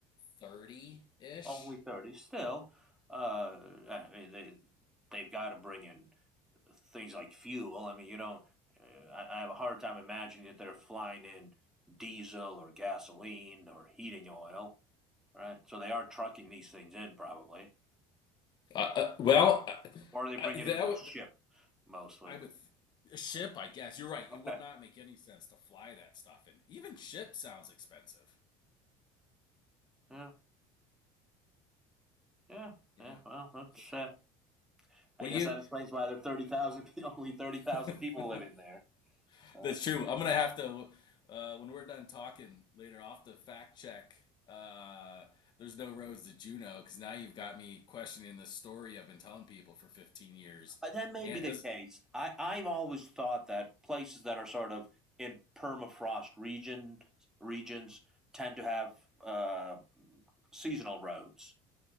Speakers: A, on the left; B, in the centre.
A: 30-ish.
B: Only thirty. Still, uh, I mean they they've got to bring in things like fuel. I mean you don't. Uh, I, I have a hard time imagining that they're flying in diesel or gasoline or heating oil. Right. So they are trucking these things in probably,
A: Uh, uh, well,
B: or are they bringing
A: I, I- that
B: it in by
A: would,
B: ship mostly?
A: I would a ship, I guess. You're right.
B: Okay.
A: It would not make any sense to fly that stuff, and even ship sounds expensive.
B: Yeah. Yeah.
A: Yeah.
B: Yeah. Well, that's.
A: So,
B: Uh, I
A: well,
B: guess
A: you.
B: that explains why there are thirty thousand, <laughs> only thirty thousand
A: <laughs>
B: people living there. So
A: That's true. I'm gonna have to uh, when we're done talking later off the fact check. Uh, there's no roads to Juno because now you've got me questioning the story I've been telling people for 15 years,
B: uh, that may
A: and
B: be the
A: as
B: case. I, I've always thought that places that are sort of in permafrost region regions tend to have uh, seasonal roads.